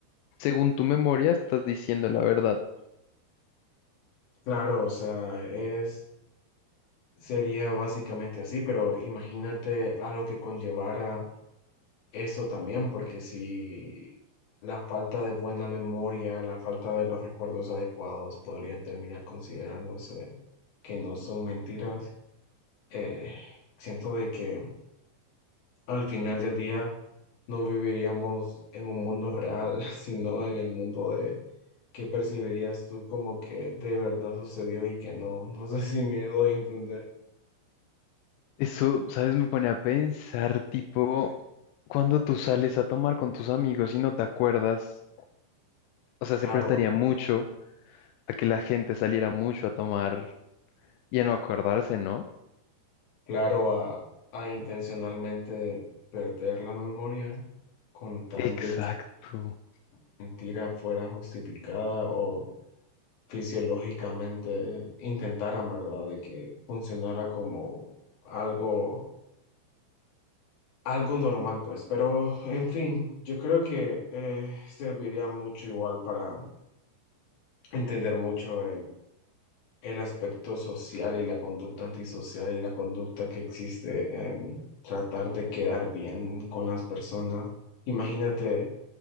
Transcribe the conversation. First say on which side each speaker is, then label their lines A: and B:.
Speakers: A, on the left; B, on the left.
A: según tu memoria estás diciendo la verdad
B: Claro, o sea, es... Sería básicamente así, pero imagínate a lo que conllevara esto también, porque si la falta de buena memoria, la falta de los recuerdos adecuados podrían terminar considerándose que no son mentiras, eh, siento de que al final del día no viviríamos en un mundo real, <laughs> sino en el mundo de que percibirías tú como que de verdad sucedió y que no. No sé si me doy a entender.
A: Eso, ¿sabes? Me pone a pensar, tipo, cuando tú sales a tomar con tus amigos y no te acuerdas, o sea,
B: Claro.
A: se prestaría mucho a que la gente saliera mucho a tomar y a no acordarse, ¿no?
B: Claro, a, a intencionalmente perder la memoria con tal
A: Exacto.
B: de que la mentira fuera justificada o fisiológicamente intentaran, ¿verdad? De que funcionara como algo, algo normal, pues. Pero, en fin, yo creo que eh, serviría mucho igual para entender mucho el aspecto social y la conducta antisocial y la conducta que existe en tratar de quedar bien con las personas. Imagínate